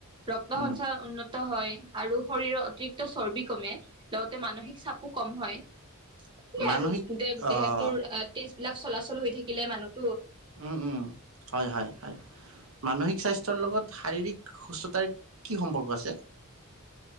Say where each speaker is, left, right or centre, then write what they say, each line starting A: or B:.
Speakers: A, on the right; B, on the right.
A: ৰক্ত
B: উম
A: সঞ্চাৰ উন্নত হয় আৰু শৰীৰৰ অতিৰিক্ত চৰ্বি কমে লগতে মানসিক চাপো কম হয়। সেইবোৰে
B: মানসিক
A: আৰু দেহ
B: আহ
A: দেহটোৰ তেজ এইবিলাক চলাচল হৈ থাকিলে মানুহ
B: উম উম হয় হয় হয় মানসিক স্বাস্থ্যৰ লগত শাৰীৰিক সুস্থতাৰ কি সম্পৰ্ক আছে?